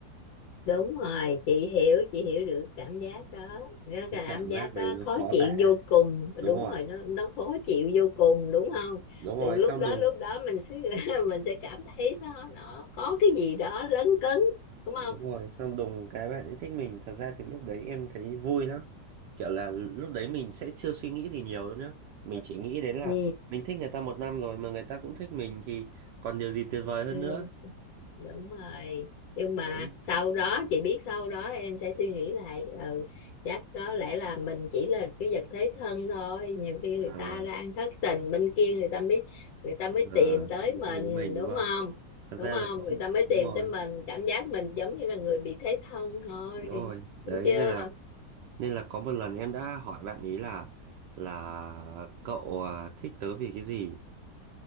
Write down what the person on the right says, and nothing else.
cái cảm
giác
đấy nó
khó
tả
đúng
rồi
đúng
rồi
xong
đùng
Đúng
rồi, xong đùng cái bạn ấy thích mình Thật ra thì lúc đấy em thấy vui lắm Kiểu là lúc đấy mình sẽ chưa suy nghĩ gì nhiều đâu nhá Mình chỉ nghĩ đến là
Mình thích người ta một năm rồi mà người ta cũng thích mình Thì còn điều gì tuyệt vời hơn
nữa
Đấy
à,
à,
Cái tiền với mình
đúng không
Thật
ra
là có
Đúng rồi
Đúng rồi Đấy
nên là Nên là có một lần em đã hỏi bạn ý là Là cậu à, thích tớ vì cái gì